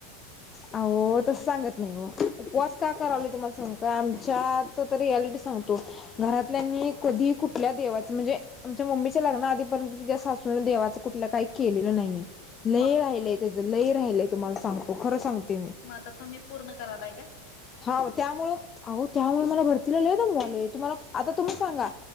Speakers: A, on the left (about 30°); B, on the left (about 55°).
A: अहो तस सांगत नाही ओ उपवास का करावले तुम्हाला सांगते का आमच्या तर तर रियालिटी सांगतो घरातल्यांनी कधी कुठल्या देवाचं म्हणजे आमच्या मम्मीच्या लग्न आधीपर्यंत ति्च्या सासूंन देवाचं कुठलं काही केलेलं नाहीय. लय
B: वा
A: राहिलय त्याच लय राहिलय तुम्हाला सांगतो खरं सांगते मी
B: मग आता तुम्ही पूर्ण करायलाय काय?
A: अहो त्यामुळे अहो त्यामुळे मला भरतीला लय दमवाले तुम्हाला आता तुम्ही सांगा